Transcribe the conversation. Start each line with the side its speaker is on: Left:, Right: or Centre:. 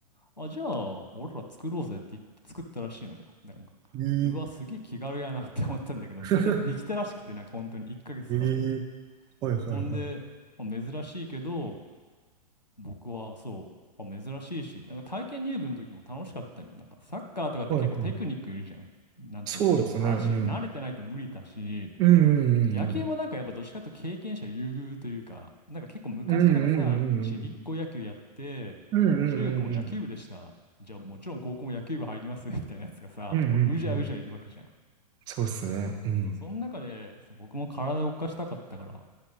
Left: あ、じゃあ、俺ら作ろうぜって言って作ったらしいのよ。なんか、
Right: えー、
Left: うわ、すげえ気軽やなって思ったんだけど、
Right: <laughs>
Left: 実際できたらしくて、なんか本当に1ヶ月とかで。
Right: えー、はい、
Left: そうそんで、
Right: はい、はい。
Left: まあ珍しいけど、僕はそう、あ、珍しいし、なんか体験入部の時も楽しかったんだよ。なんかサッカーとかって結構テクニックいるじゃん。
Right: はい、はい。
Left: なんて言うんだろう。
Right: そうですね。
Left: 足、
Right: うん。
Left: 慣れてないと無理だし、
Right: うん
Left: 野球もなんかやっぱどっちかというと経験者優遇というか、
Right: うん
Left: なんか結構昔からさ、
Right: うんうん。うんうんうんうん。
Left: ちびっこ野球やって、
Right: うんうんうんうん。
Left: 中学も野球部でした。じゃあもちろん高校も野球部入ります <laughs> みたいなやつがさ、
Right: うんうんうん。
Left: もううじゃうじゃいるわけじゃん。
Right: そうっすね。うん。
Left: そうその中でそう僕も体を動かしたかったから、あ